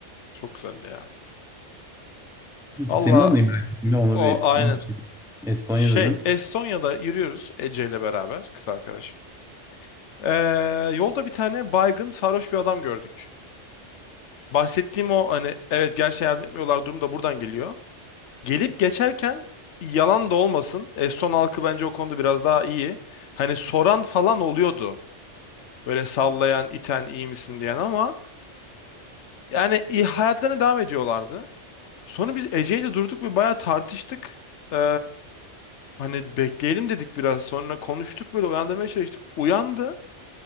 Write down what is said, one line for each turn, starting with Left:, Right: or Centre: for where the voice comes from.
Left: Çok güzeldi ya. Valla
Centre: Senin anıyı merak ettim ya onu
Left: O
Centre: bir
Left: aynen.
Centre: Estonya'da Estonya
Left: Şey,
Centre: dedin.
Left: Estonya'da yürüyoruz Ece ile beraber kız arkadaşım. Ee, yolda bir tane baygın sarhoş bir adam gördük. Bahsettiğim o hani evet gerçi yardım etmiyorlar durum da buradan geliyor. Gelip geçerken yalan da olmasın. Eston halkı bence o konuda biraz daha iyi. Hani soran falan oluyordu. Böyle sallayan, iten, iyi misin diyen ama yani iyi hayatlarına devam ediyorlardı. Sonra biz Ece'yle durduk ve bayağı tartıştık. Eee, hani bekleyelim dedik biraz. Sonra konuştuk böyle uyandırmaya çalıştık. Uyandı.